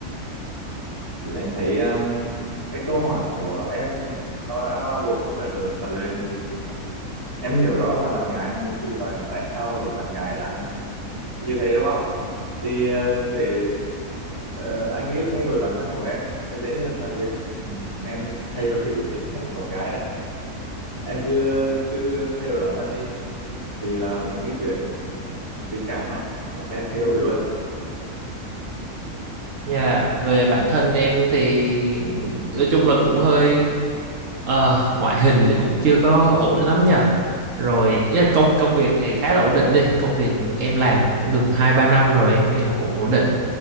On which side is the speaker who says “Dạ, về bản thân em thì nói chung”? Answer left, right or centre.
Right